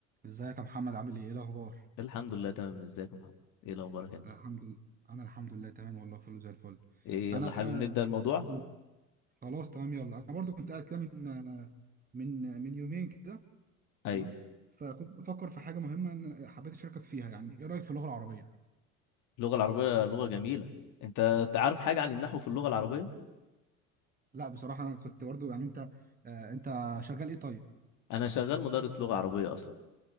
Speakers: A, on the right (about 20°); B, on the left (about 45°).
A: ازيك يا محمد عامل ايه ايه الاخبار
B: الحمد لله تمام ازيك يا محمد ايه اخبارك انت
A: الحمد لله انا الحمد لله تمام والله كله زي الفل
B: ايه
A: انا
B: يلا حابب نبدأ الموضوع
A: كنت خلاص تمام يلا انا برضو كنت قاعد كده من من من يومين كده
B: ايوه
A: تمام فكنت بفكر في حاجه مهمه إن حبيت اشاركك فيها يعني ايه رايك في اللغه العربيه
B: اللغة العربية لغة جميلة انت تعرف حاجة عن النحو في اللغة العربية
A: لا بصراحه انا كنت برضو يعني انت آه، انت شغال ايه طيب
B: انا شغال مدرس لغة عربية اصلا